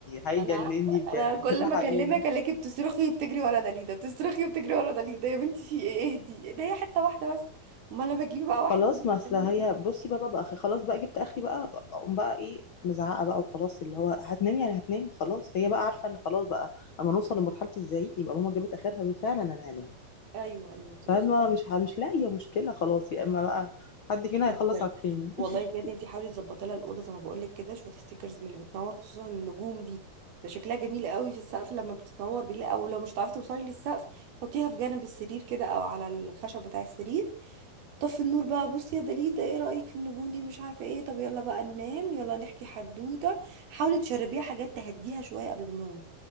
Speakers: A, on the left (about 80°); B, on the right (about 85°).
A: هيجنني
B: انا عارفة.
A: بجد
B: انا كل
A: الحقيقي
B: ما اكلمك الاقيكي بتصرخي وبتجري ورا دليده بتصرخي وبتجري ورا دليده يا بنتي في ايه اهدي إيه ده هي حته واحده بس امال لما تجيبي بقى واحد
A: خلاص
B: اتنين
A: ما
B: هتعملي
A: اصل هي
B: ايه
A: بصي بقى بقى اخي خلاص بقى جبت اخري بقى اقوم بقى ايه مزعقه بقى وخلاص اللي هو هتنام يعني هتنام خلاص هي بقى عارفه ان خلاص بقى اما نوصل لمرحله الزعيق يبقى ماما جابت اخرها وهي فعلا انا هنام
B: ايوه ايوه تبقي
A: فاهمه
B: خلاص
A: مش ه- مش لاقيه مشكله خلاص يا اما بقى حد فينا
B: لا
A: هيخلص
B: بجد
A: على التاني
B: والله
A: <laughs>
B: بجد انتي حاولي تظبطي لها الاوضه زي ما بقول لك كده شويه ستيكرز من اللي بتنور خصوصا النجوم دي ده شكلها جميل قوي في السقف لما بتتنور بالله او لو مش هتعرفي توصلي للسقف حطيها في جانب السرير كده او على الخشب بتاع السرير طفي النور بقى بصي يا دليل ده ايه رأيك في النجوم دي مش عارفة ايه طب يلا بقى ننام يلا نحكي حدوتة حاولي تشربيها حاجات تهديها شوية قبل النوم